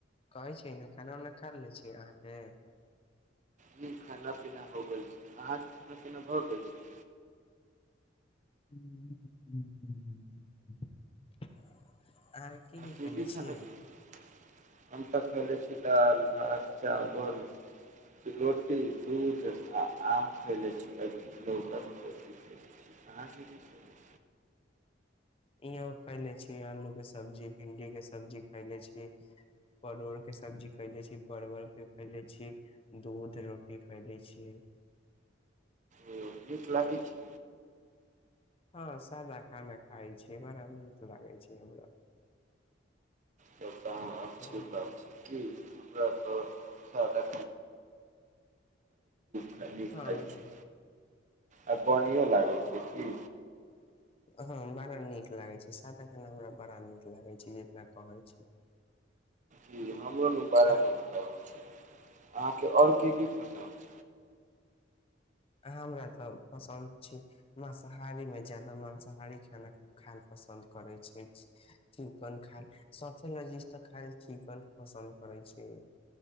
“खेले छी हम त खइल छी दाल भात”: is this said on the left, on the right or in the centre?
Right